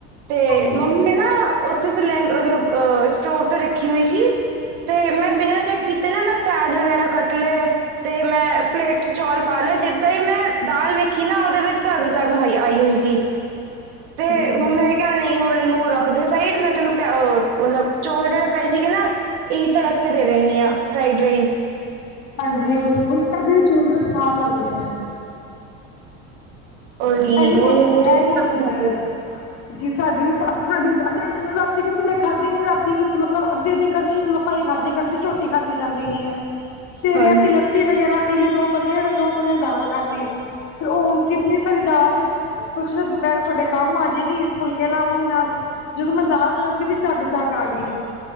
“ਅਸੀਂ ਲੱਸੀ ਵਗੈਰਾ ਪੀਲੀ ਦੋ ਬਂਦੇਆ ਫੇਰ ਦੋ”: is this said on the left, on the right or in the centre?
Left